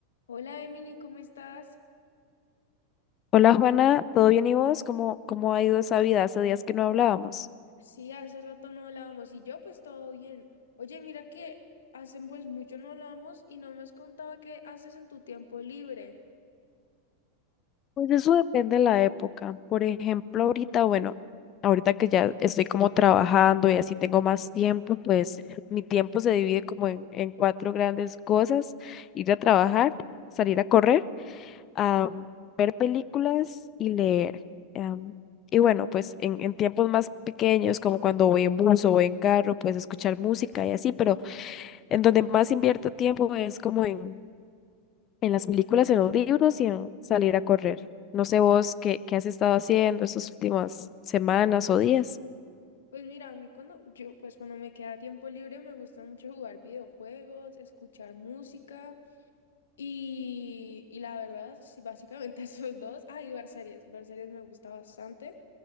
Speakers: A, on the left (about 70°); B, on the left (about 35°).
A: Hola Emily, ¿cómo estás?
B: Hola Juana, ¿todo bien y vos? ¿Cómo, cómo ha ido esa vida? Hace días que no hablábamos.
A: Sí, hace rato no hablábamos y yo pues todo bien. Oye, mira que hace pues mucho no hablábamos y no me has contado qué haces en tu tiempo libre.
B: Pues eso depende de la época. Por ejemplo, ahorita, bueno, ahorita que ya estoy como trabajando y así tengo más tiempo, pues mi tiempo se divide como en, en cuatro grandes cosas. Ir a trabajar, salir a correr, a ver películas y leer. Am, y bueno, pues en, en tiempos más pequeños, como cuando voy en bus o voy en carro, pues escuchar música y así, pero... En donde más invierto tiempo es como en, en las películas, en los libros y en salir a correr. No sé vos qué, qué has estado haciendo estas últimas semanas o días.
A: Pues mira, a mí cuando yo pues cuando me queda tiempo libre me gusta mucho jugar videojuegos, escuchar música y, y la verdad, sí, básicamente <laughs> esos dos. Ah, y ver series, ver series me gusta bastante.